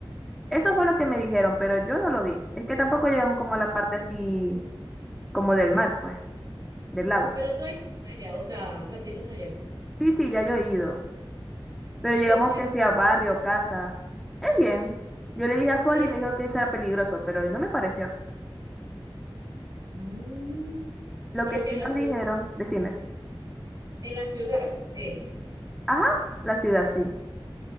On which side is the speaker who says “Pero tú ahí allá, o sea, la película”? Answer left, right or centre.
Right